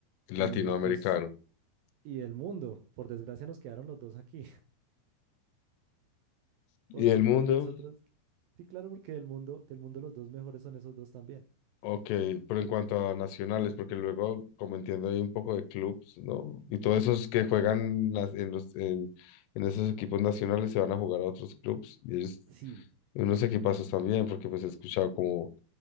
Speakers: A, on the left; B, on the right.
A: latinoamericano.
B: Y pues, y el mundo, por desgracia nos quedaron los dos aquí.
A: ¿Y
B: Porque
A: el mundo?
B: cuando nosotros... Sí, claro, porque del mundo, del mundo los dos mejores son esos dos también.
A: Ok, pero en cuanto a nacionales, porque luego, como entiendo, hay un poco de clubs, ¿no? Y todos esos que juegan na- en los, en, en esos equipos nacionales se van a jugar a otros clubs y ellos,
B: Sí,
A: unos equipazos también, porque pues he escuchado como